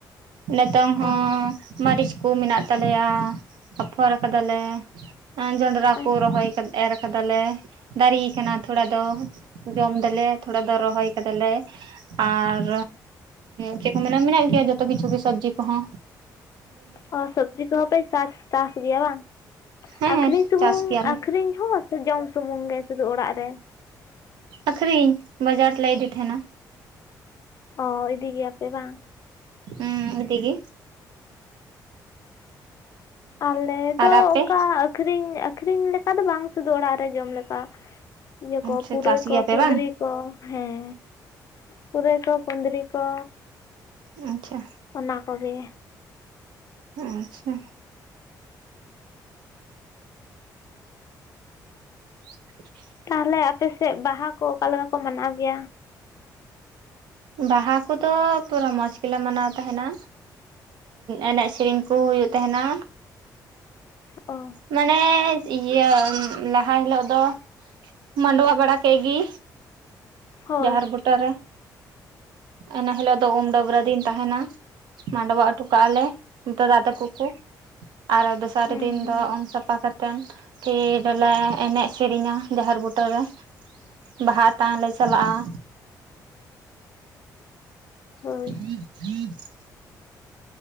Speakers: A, on the right (about 80°); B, on the left (about 50°).
A: ᱱᱤᱛᱚᱝ ᱦᱚᱸ
B: ᱚ
A: ᱢᱟᱹᱨᱤᱪ ᱠᱚ ᱢᱮᱱᱟᱜ ᱛᱟᱞᱮᱭᱟ ᱟᱯᱷᱚᱨ ᱟᱠᱟᱫᱟᱞᱮ ᱡᱚᱱᱰᱨᱟ ᱠᱚ
B: ᱟᱪᱪᱷᱟ
A: ᱨᱚᱦᱚᱭ ᱠᱟᱫᱮ ᱮᱨᱨᱟ ᱠᱟᱫᱟᱞᱮ ᱫᱟᱨᱤᱭ ᱠᱟᱱᱟ ᱛᱷᱚᱲᱟ ᱫᱚ ᱡᱚᱢ ᱫᱟᱞᱮ ᱛᱷᱚᱲᱟ ᱫᱚ ᱨᱚᱦᱚᱭ ᱠᱟᱫᱟᱞᱮ ᱟᱨ ᱪᱮᱫ ᱠᱚ ᱢᱮᱱᱟ ᱢᱮᱱᱟᱜ ᱜᱮᱭᱟ ᱡᱚᱛᱚ ᱠᱤᱪᱷᱩ ᱜᱮ ᱥᱚᱵᱡᱤ ᱠᱚᱦᱚ
B: ᱚ ᱥᱚᱵᱽᱡᱤ ᱠᱚᱦᱚᱸ ᱯᱮ ᱪᱟᱥ ᱪᱟᱥ ᱜᱮᱭᱟ ᱵᱟᱝ
A: ᱦᱮᱸ
B: ᱟᱹᱠᱷᱨᱤᱧ ᱥᱩᱢᱩᱝ
A: ᱪᱟᱥ ᱜᱮᱭᱟᱞᱮ
B: ᱟᱹᱠᱷᱨᱤᱧ ᱦᱚᱸ ᱥᱮ ᱡᱚᱢ ᱥᱩᱢᱩᱝ ᱜᱮ ᱥᱩᱫᱷᱩ ᱚᱲᱟᱜ ᱨᱮ
A: ᱟᱠᱷᱨᱤᱧ ᱵᱟᱡᱟᱨ ᱞᱮ ᱤᱫᱤ ᱛᱟᱦᱮᱱᱟ
B: ᱚᱻ ᱤᱫᱤ ᱜᱮᱭᱟᱯᱮ ᱵᱟᱝ
A: ᱦᱩᱸ ᱤᱫᱤ ᱜᱮ
B: ᱟᱞᱮ ᱫᱚ
A: ᱟᱨ ᱟᱯᱮ
B: ᱚᱱᱠᱟ ᱟᱹᱷᱨᱤᱧ ᱞᱮᱠᱟ ᱫᱚ ᱵᱟᱝ ᱥᱩᱫᱩ ᱚᱲᱟᱜ ᱨᱮ ᱡᱚᱢ ᱞᱮᱠᱟ ᱤᱭᱟᱹ ᱠᱚ
A: ᱥᱮ
B: ᱯᱩᱨᱟᱹᱭ
A: ᱪᱟᱥ
B: ᱠᱚ
A: ᱜᱮᱭᱟᱯᱮ
B: ᱠᱩᱸᱫᱽᱨᱤ
A: ᱵᱟᱝ
B: ᱠᱚ ᱦᱮᱸ ᱯᱩᱨᱟᱹᱭ ᱠᱚ ᱠᱩᱱᱫᱨᱤ ᱠᱚ
A: ᱟᱪᱪᱷᱟ
B: ᱚᱱᱟ ᱠᱚᱜᱮ
A: ᱟᱪᱪᱷᱟ <inaudible>
B: ᱛᱟᱦᱚᱞᱮ ᱟᱯᱮᱥᱮᱫ ᱵᱟᱦᱟ ᱠᱚ ᱚᱠᱟᱞᱮᱠᱟ ᱠᱚ ᱢᱟᱱᱟᱣ ᱜᱮᱭᱟ
A: ᱵᱟᱦᱟ ᱠᱚᱫᱚ ᱯᱩᱨᱟᱹ ᱢᱚᱸᱡᱽ ᱜᱮᱞᱮ ᱢᱟᱱᱟᱣ ᱛᱟᱦᱮᱱᱟ ᱮᱱᱮᱡ ᱥᱮᱨᱮᱧ ᱠᱩ ᱦᱩᱭᱩᱜ ᱛᱟᱦᱮᱱᱟ
B: ᱚ
A: ᱢᱟᱱᱮ ᱤᱭᱟᱹ ᱞᱟᱦᱟ ᱦᱤᱞᱳᱜ ᱫᱚ ᱢᱟᱱᱰᱣᱟ ᱵᱟᱲᱟ ᱠᱮᱫ ᱜᱮ
B: ᱦᱳᱭ
A: ᱡᱟᱦᱮᱨ ᱵᱩᱴᱟᱹᱨᱮ ᱤᱱᱟ. ᱦᱤᱞᱳᱜ ᱫᱚ ᱩᱢᱼ ᱰᱟᱹᱵᱽᱨᱟᱹ ᱫᱤᱱ ᱛᱟᱦᱮᱱᱟ᱾ ᱢᱟᱱᱰᱣᱟ ᱦᱚᱴᱚ ᱠᱟᱜᱼᱟ ᱞᱮ ᱫᱟᱫᱟ ᱛᱟᱠᱚ ᱠᱚ ᱟᱨ ᱫᱚᱥᱟᱨ
B: ᱦᱩᱸ
A: ᱫᱤᱱ
B: ᱦᱩᱸ
A: ᱫᱚ ᱩᱢ ᱥᱟᱯᱷᱟ ᱠᱟᱛᱮ <inaudible> ᱮᱱᱮᱡ ᱥᱮᱨᱮᱧᱟ ᱡᱟᱦᱮᱨ ᱵᱩᱴᱟᱹᱨᱮ ᱵᱟᱦᱟ ᱟᱛᱟᱝ ᱞᱮ ᱪᱟᱞᱟᱜᱼᱟ
B: ᱦᱳᱭ
A: <unintelligible>